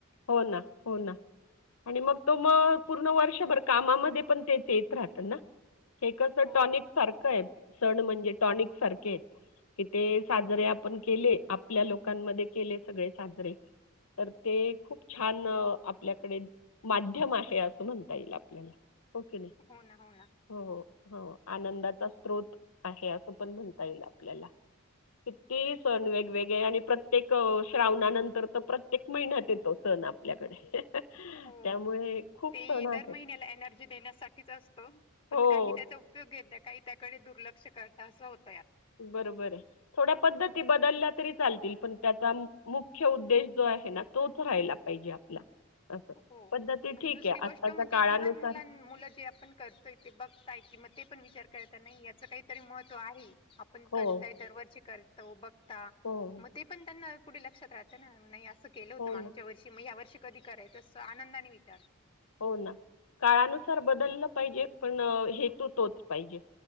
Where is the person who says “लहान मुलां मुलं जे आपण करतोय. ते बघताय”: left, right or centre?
Left